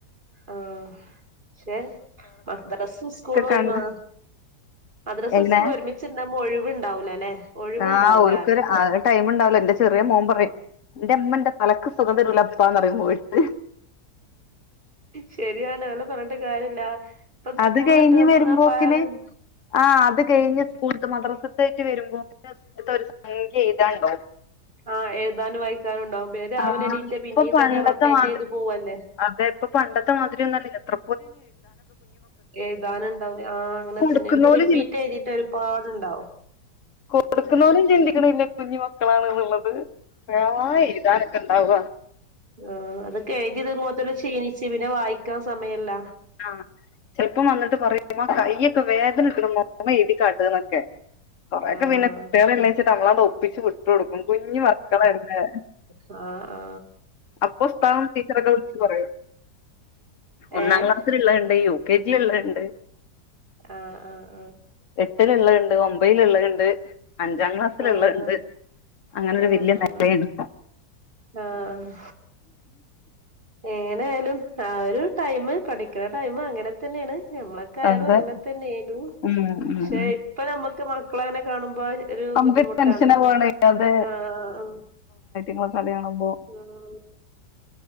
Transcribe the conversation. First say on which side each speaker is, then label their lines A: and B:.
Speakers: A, on the right; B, on the left.
A: ആഹ് പക്ഷെ മദ്രസ് സ്കൂള് ഒരുമാ
B: കണ്ട്
A: മദ്രസ
B: എങ്ങനെ
A: സ്കൂള് ഒരുമിച്ചിണ്ടാവുമ്പേ ഒഴിവുണ്ടാവൂല അല്ലേ ഒഴിവുണ്ടാവൂല
B: ആഹ് ഓൽക്കൊരു
A: അറിയാ
B: ടൈം ഉണ്ടാവൂല എന്റെ ചെറിയ മോൻ പറയും. എന്റെ അമ്മന്റെ തലക്ക് സുഖം തരൂല്ലപ്പാന്ന് പറയും പോയിട്ട്
A: ശരിയാണ് അവളെപറഞ്ഞിട്ട് കാര്യല്ല. ഇപ്പ
B: അത്
A: സ്കൂള്
B: കഴിഞ്ഞ്
A: വിട്ട് വന്നാപ്പാടെ
B: വരുമ്പോക്കിന്
A: ഉം
B: ആ അത് കഴിഞ്ഞ് സ്കൂൾ മദ്രസത്തേറ്റ് വരുമ്പോ പിന്നെ സ്‌കൂളിൽത്തെ ഒരു സംഖ്യ എഴുതാണ്ടാവും.
A: ആഹ് എഴുതാനും വായിക്കാനും ഉണ്ടാവും പിന്നെ രാവിലെ
B: ആ
A: എണീറ്റ
B: ഇപ്പൊ
A: പിന്നെ ഇതന്നെ
B: പണ്ടത്തെ
A: റൊട്ടേറ്റ്
B: മാതി
A: ചെയ്ത് പോവല്ലേ
B: അതെ ഇപ്പൊ പണ്ടത്തെ മാതിരി ഒന്നുല്ല അത്ര
A: എഴുതാനുണ്ടാവൂലേ ആ അങ്ങനെ
B: കൊടുക്കുന്നോല്
A: തന്നെ ഇവൾക്ക് റിപ്പീറ്റ് എഴുതീട്ട് ഒരുപാട്ണ്ടാവും ഒ
B: കൊടുക്കുന്നവനും ചിന്തിക്കണില്ല കുഞ്ഞു മക്കളാണ് എന്നുള്ളത്. രാമായ എഴു താനക്കെ ഇണ്ടാവ
A: ആ അതൊക്കെ എഴുതി വരുമ്പോത്തനും ക്ഷീണിച്ചു പിന്നെ വായിക്കാൻ സമയ ഇല്ല.
B: ആ ചിലപ്പം വന്നിട്ട് പറയും ഉമ്മ കയ്യൊക്കെ വേദന എടുക്കണുമ്മ ഉമ്മ എഴുതിക്കാട്ട് എന്നൊക്കെ കൊറെയൊക്കെ
A: ആഹ്
B: പിന്നെ കുട്ടികളല്ലേന്ന് വച്ചിട്ട് പിന്നെ നമ്മളങ്ങ് ഒപ്പിച്ചിച്ച് വിട്ടു കൊടുക്കും. കുഞ്ഞ് മക്കളല്ലേ.
A: ആ ആ
B: അപ്പൊ ഉസ്താദും ടീച്ചറൊക്കെ വിളിച്ച് പറയും ഒന്നാം
A: ഏഹ്
B: ക്ലാസ്സ്ല്ള്ളെ ണ്ട് യൂ കെ ജിള്ളെണ്ട്
A: ആഹ് ആഹ്
B: എട്ട്ല്ള്ളെ ണ്ട് ഒമ്ഭീല്ള്ളെണ്ട് അഞ്ചാം ക്ലാസ്സില്ള്ളെണ്ട്
A: ആഹ് ആഹ്
B: അങ്ങനെരു
A: ആഹ്
B: വെല്ല്യേനെലേണ്.
A: ആഹ് ആഹ് എങ്ങനെ ആയാലും ആ ഒര് ടൈമ് പഠിക്കണ ടൈമ് അങ്ങനെ തന്നേണ്. ഞമ്മളൊക്കായാലും
B: അതെ
A: അങ്ങനെ തന്നേര്ന്നു.
B: ഉം ഉം
A: പക്ഷെ
B: ഉം
A: ഇപ്പ ഞമ്മക്ക് മക്കളങ്ങനെ കാണുമ്പോ ഒരു
B: നമുക്ക്
A: ബുദ്ധിമുട്ടാണ്
B: ടെൻഷനെ പോണാ ഐറ്റ
A: ആഹ് ആഹ്
B: ക്ലാസ് കാണുമ്പോ
A: ആഹ്